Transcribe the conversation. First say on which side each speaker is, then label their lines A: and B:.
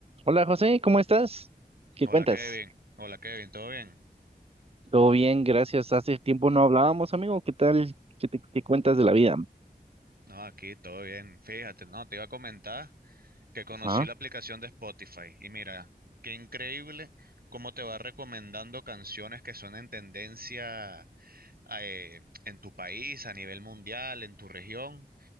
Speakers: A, on the right; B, on the right.
A: Hola José, ¿cómo estás? ¿Qué
B: Hola
A: cuentas?
B: Kevin, hola Kevin, ¿todo bien?
A: Todo bien, gracias. Hace tiempo no hablábamos, amigo. ¿Qué tal? ¿Qué, te- qué cuentas de la vida?
B: No, aquí todo bien. Fíjate, no, te iba a comentar que conocí
A: Ah,
B: la aplicación de Spotify y mira, qué increíble cómo te va recomendando canciones que son en tendencia eh, en tu país, a nivel mundial, en tu región